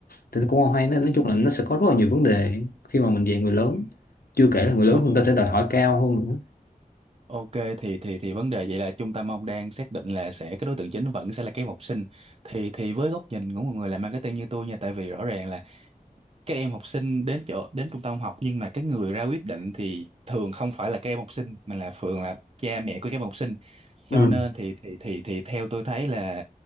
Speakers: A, on the left; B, on the right.
A: thì nó cũng không hay nói,
B: Ừ.
A: nói chung là nó sẽ có rất là nhiều vấn đề khi mà mình dạy người lớn
B: ừ.
A: chưa kể là người lớn
B: Ok.
A: chúng ta sẽ đòi hỏi cao hơn nữa
B: Ok thì thì thì vấn đề vậy là trung tâm ông đang xác định là sẽ cái đối tượng chính vẫn sẽ là các em học sinh thì thì với góc nhìn của một người làm marketing như tôi nha tại vì rõ ràng là các em học sinh đến chỗ đến trung tâm học nhưng mà cái người ra quyết định thì thường không phải là các em học sinh mà là thường là cha mẹ của các em học sinh cho
A: ừ
B: nên thì thì thì thì theo tôi thấy là